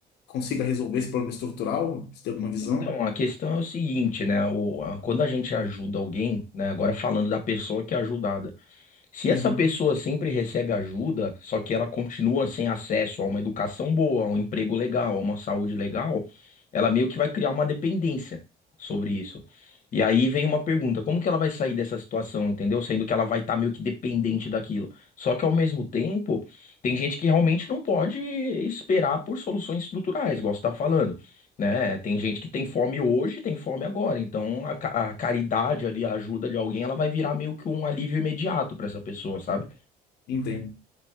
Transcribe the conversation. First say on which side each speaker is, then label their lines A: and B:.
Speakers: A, on the left; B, on the left.
A: consiga resolver esse problema estrutural? Você tem alguma visão?
B: Então, a questão é o seguinte, né? O- a- quando a gente ajuda alguém, né? Agora falando da pessoa que é ajudada. Se
A: Uhum,
B: essa pessoa sempre recebe ajuda, só que ela continua sem acesso a uma educação boa, a um emprego legal, a uma saúde legal, ela meio que vai criar uma dependência sobre isso. E aí vem uma pergunta: como que ela vai sair dessa situação, entendeu? Sendo que ela vai estar meio que dependente daquilo. Só que ao mesmo tempo, tem gente que realmente não pode esperar por soluções estruturais, igual você está falando né? Tem gente que tem fome hoje, tem fome agora. Então a, ca- a caridade ali, a ajuda de alguém, ela vai virar meio que um alívio imediato pra essa pessoa, sabe?
A: entendo.